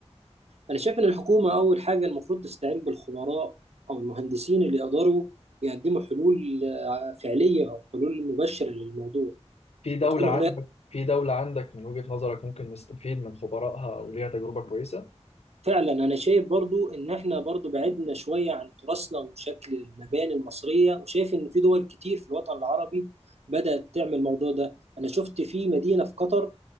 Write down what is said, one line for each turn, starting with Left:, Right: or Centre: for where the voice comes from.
Right: أنا شايف إن الحكومة أول حاجة المفروض تستعين بالخبراء أو المهندسين اللي يقدروا يقدموا حلول آه، فعلية أو حلول مبشرة للموضوع
Left: في دولة
Right: وتكون
Left: عندك
Right: هناك
Left: في دولة عندك من وجهة نظرك ممكن نستفيد من خبرائها أو ليها تجربة كويسة
Right: فعلا انا شايف برضو ان احنا برضو بعدنا شوية عن تراثنا وشكل المباني المصرية وشايف ان في دول كتير في الوطن العربي بدأت تعمل الموضوع ده انا شفت في مدينة في قطر